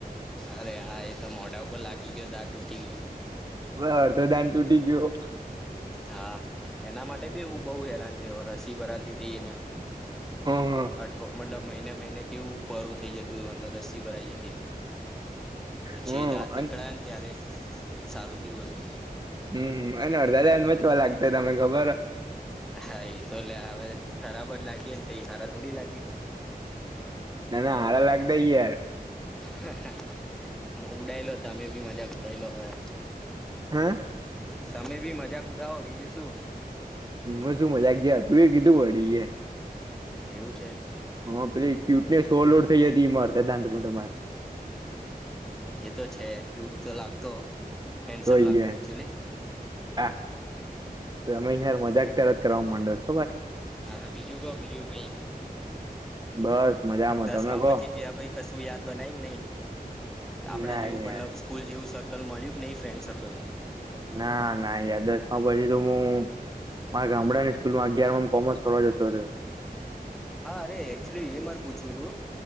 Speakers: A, in the centre; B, on the right.
A: અરે હા એ તો મોઢા ઉપર લાગી ગયો દા તૂટી ગયો
B: બસ અડધો દાન તૂટી ગયો
A: હા એના માટે બી હું બહ હેરાન થયો રસી ભરાતીથી ને
B: હમ
A: અઠ મતલબ મહિને મહિને કેવું પરું થઈ જતું અંદર અસ્સી ભરાઈ જતી પછી
B: હમ
A: દાંત નીકળાય
B: અન
A: ને ત્યારે સારું થયું હતું
B: હમ અને <unintelligible> દાદાને બચવા લાગતા તને ખબર
A: હા એ તો લ હવે ખરાબ જ લાગી ને કઈ હારા થોડી લાગી
B: ના ના હાર લાગતા <unintelligible> યાર!
A: હ હ હ ઉડાયલો તમે ભી મજાક ઉડાય લો હવે!
B: હા
A: તમે બી મજાક ઉડાવો બીજું શું
B: એમાં શું મજાક જે હતું એ કીધું વળડી એ.
A: એવું છે!
B: હા, પેલે ક્યુટનેસ હો લોડ થઈ જ હતી મારતા દાંડમ માર
A: એ તો છે ક્યુટ તો લાગતો હેન્ડસમ
B: તો યાર
A: લાગતો એકચુલી
B: આ તમે યાર મજાક ત્યારે જ કરવા માંડો. <unintelligible>
A: હા બીજું ક બીજું કઈ
B: બસ મજામાં
A: દસમા
B: તમે કહો
A: પછી જ પ <unintelligible> કશું યાદ બનાય નહી આપડા
B: ના
A: જેવું
B: યાર
A: મતલબ સ્કૂલ જેવું સર લ માલ્યુક નઈ ફ્રેન્ડ સર્કલ!
B: ના ના યાર દસ માં પછી તો હું મારે ગામડા <unintelligible> અગિયાર માં કોમર્સ થવા જતો રહ્યો.
A: હા, અરે! એચુલી એ મારે પૂછવું હતું